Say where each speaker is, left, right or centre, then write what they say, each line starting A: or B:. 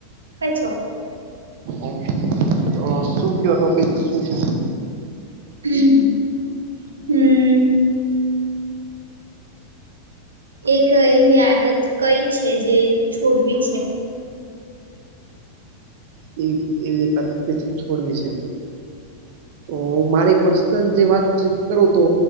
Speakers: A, on the right; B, on the right.
A: કઈ છો?
B: ઓ કે. તો શું ક્યો ટોપિક શું છે?
A: હમ્મ. એક એવી આદત કઈ છે જે છોડવી છે?
B: એ એવી એકાદુ કેથી છોડવી છે તો હું મારી પર્સનલ જે વાત કરું તો